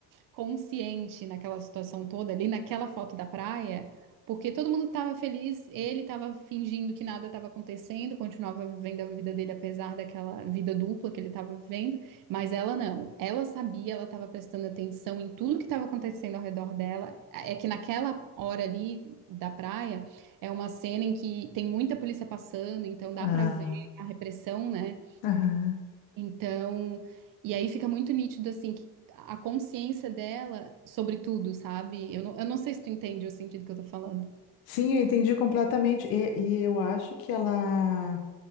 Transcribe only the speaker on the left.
Ah,
aham.
Sim, eu entendi completamente. E, e eu acho que ela,